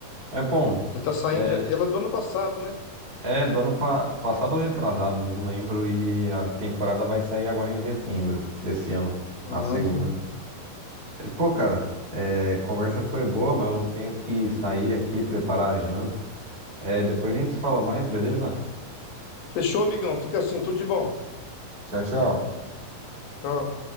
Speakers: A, on the right; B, on the left.
A: É bom.
B: Já tá saindo.
A: é,
B: já- ela é do ano passado, né?
A: É, do ano pa- passado ou retrasado, não lembro. E a temporada vai sair agora em dezembro desse ano,
B: Ah,
A: a segunda.
B: sim.
A: E, pô, cara, é, conversa foi boa, mas eu tenho que sair aqui, preparar a janta. É, depois a gente se fala mais, beleza?
B: Fechou, amigão. Fica assim, tudo de bom.
A: Tchau, tchau.
B: Tchau.